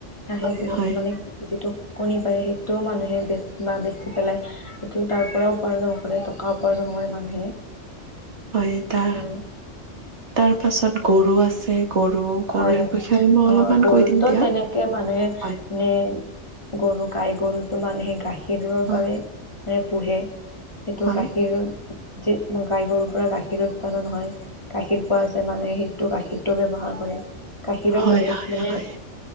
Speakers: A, on the left; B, on the right.
A: আহে
B: হয়,
A: যেনে
B: হয়।
A: মানে যিটো কণী পাৰে সেইটোও মানুহে বেচ বা বেচি পেলাই সেইটো তাৰ পৰা উপাৰ্জন কৰে। উপাৰ্জন কৰে মানুহে।
B: হয়, তা
A: হয়
B: তাৰ পাছত গৰু আছে। গৰু গৰুৰ
A: হয়
B: বিষয়ে মই
A: অ
B: অলপমান
A: গৰুত
B: কৈ দিম দিয়া।
A: তেনেকে মানুহে
B: হয়,
A: নে। গৰু গাই গৰুটো মানুহে গাখীৰৰ
B: হয়,
A: বাবে পোহে এইটো
B: হয়,
A: গাখীৰ যি গাই গৰুৰ পৰা গাখীৰ উৎপাদন হয়। গাখীৰ পোৱা
B: হয়।
A: যায় মানে সেইটো গাখীৰটো ব্যৱহাৰ কৰে। গাখীৰৰ
B: হয়,
A: বহুত
B: হয়,
A: মানে
B: হয়,